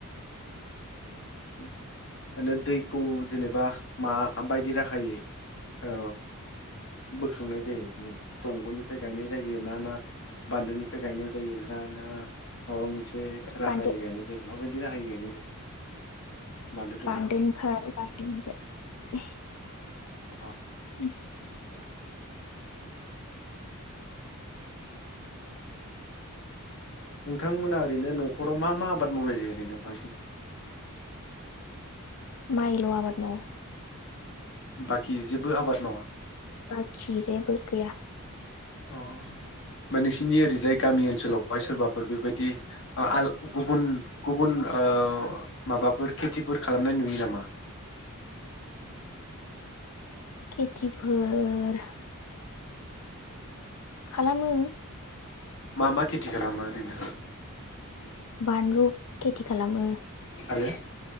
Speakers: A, on the left (about 60°); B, on the left (about 80°).
A: <unintelligible> मानो दैखौ जेनेबा माबायदि राहायै ओ बोखांनाय जायो जेनेबा दंग'निफ्राय गायनाय जायो ना ना बान्दोनिफ्राय गायनाय जायो ना ना माबा मोनसे एसे राहायै
B: बान्दो
A: गायनाय जायो माबायदि राहायै गायनाय जायो? बान्दो दंना
B: बान्दोनिफ्राय बान्दोनिफाय
A: अ
B: <inaudible>
A: नोंथांमोना ओरैनो न'खराव मा मा आबाद मावनाय जायो ओरैनो बांसिन?
B: माइल' आबाद मावो।
A: बाखि जेबो आबाद मावा?
B: बाखि जेबो गैया।
A: अ नोंसिनि ओरैजाय गामि ओनसोलावहाय सोरबाफोर बेबायदि गुबुन गुबुन ओ माबाफोर खेथिफोर खालामनाय नुयो नामा?
B: खिथिफोर खालामो
A: मा मा खेथि खालामो ओरैनो?
B: बानलु खेथि खालामो।
A: आरो?